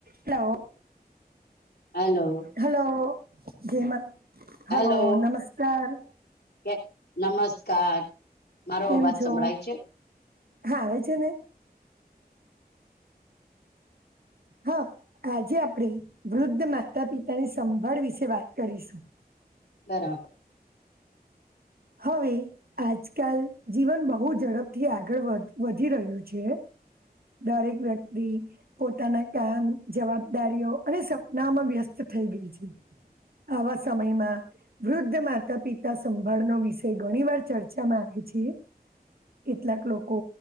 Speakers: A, on the right; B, on the left.
A: Hello.
B: Hello.
A: Hello જયમત hello
B: hello
A: નમસ્કાર.
B: કે નમસ્કાર. મારો
A: કેમ
B: અવાજ
A: છો
B: સંભળાય છે
A: હા આવે છે ને હા આજે આપણેે વૃદ્ધ માતા પિતાની સંભાળ વિશે વાત કરીશું.
B: બરાબર.
A: હવે આજકાલ જીવન બહુ ઝડપથી આગળ વ વધી રહ્યું છે. દરેક વ્યક્તિ પોતાના કામ જવાબદારીઓ અને સપનાઓમાં વ્યસ્ત થઈ ગઈ છે. આવા સમયમાં વૃદ્ધ માતા પિતા સંભાળનો વિષ ઘણી વાર ચર્ચામાં આવે છે. કેટલાક લોકો